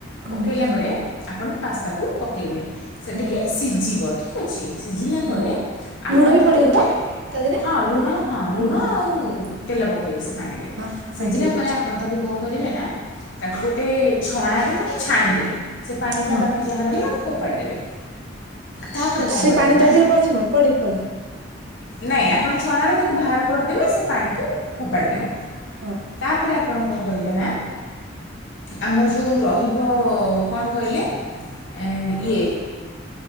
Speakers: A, on the right; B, on the left.
A: ହୁଁ
B: ପକେଇଲା
A: ହୁଁ
B: ପରେ ଆପଣ ପାସ୍ତାକୁ ପକେଇଲେ। ସେ
A: ହୁଁ
B: ଟିକେ ସିଝିବ ଠିକ ଅଛି ସିଝିଲା
A: ହୁଁ
B: ପରେ ଆପଣ
A: ଲୁଣ ବି
B: ତାକୁ
A: ପଡିବ
B: ଗୋଟେ
A: ତ ତା ଦେହରେ
B: ହଁ ଲୁଣ ହଁ ଲୁଣ
A: ହୁଁ ହୁଁ
B: ଆଉ
A: ହୁଁ
B: ତେଲ ପକେଇବେ ସେ ପାଣିରେ।
A: ହଁ
B: ସିଝିଲା
A: ହଁ ଠିକ
B: ପରେ
A: ଅଛି
B: ଆପଣ ତାକୁ କଣ କରିବେ ନା ତାକୁ ଗୋଟେ ଛଣାରେ ତାକୁ ଛାଣିଦେବେ। ସେ ପାଣି ଗୁଡ଼ା
A: ହଁ
B: ବାକି ଯାହା ରହିଲା
A: ଠିକ
B: ତାକୁ ଫୋପାଡ଼ି ଦେବେ। ତାପରେ କ'ଣ
A: ସେ
B: କରିବେ
A: ପାଣି
B: ନା
A: ତା ଦେହରେ ପଶିବ ପଡ଼ି ବନି।
B: ନାଇଁ ଆପଣ ଛଣାରେ ତାକୁ ବାହାର କରିଦେବେ ସେ ପାଣ କି ଫୋପାଡ଼ି ଦେବେ
A: ହଁ ହଁ
B: ତାପରେ ଆପଣ କଣ କରିବେ ନା ଆମର ଯୋଉ ରହିବ କଣ କହିଲେ ଏଁ ଇଏ